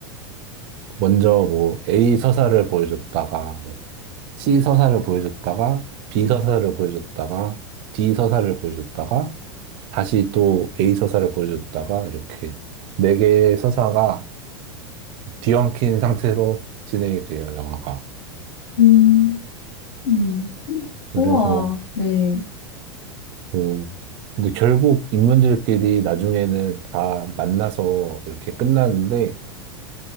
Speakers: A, on the right; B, on the left.
A: 먼저 뭐 A 서사를 보여줬다가 뭐 C 서사를 보여줬다가 B 서사를 보여줬다가 D 서사를 보여줬다가 다시 또 A 서사를 보여줬다가 이렇게 네 개의 서사가 뒤엉킨 상태로 진행이 돼요, 영화가.
B: 음, 음.
A: 그래서
B: 우와, 네.
A: 뭐 근데 결국 인물들끼리 나중에는 다 만나서 이렇게 끝나는데